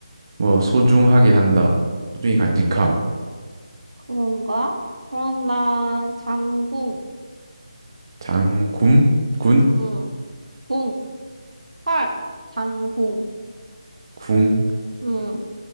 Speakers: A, on the right; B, on the right.
A: 뭐 소중하게 한다. 소중히 간직함.
B: 그런가? 그럼 나 장궁,
A: 장군? 군?
B: 음, 궁, 활, 장궁,
A: 궁?
B: 음,